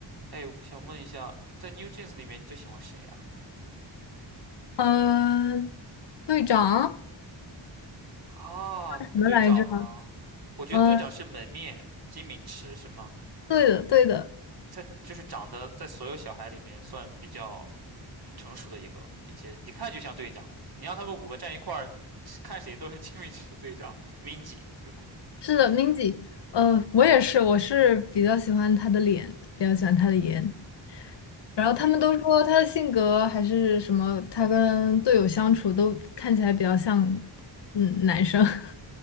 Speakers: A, on the right; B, on the left.
A: 哎，我想问一下，在 New Jeans 里面你最喜欢谁啊？
B: 嗯、队长
A: 啊，
B: 什么来着？
A: 队长吗？我觉得队长是门面金敏池是吗？
B: 嗯、对的，对的，
A: 他就是长得在所有小孩里面算比较嗯成熟的一个，并且一看就像队长。你让他们五个站一块儿，看谁都是金敏池队长 Minji 是吗？
B: 是的，Minzy。呃，我也是，我是比较喜欢他的脸，比较喜欢他的颜。然后他们都说他的性格还是什么，
A: 就
B: 他跟队友相处都看起来比较像，嗯，男生。<laughs>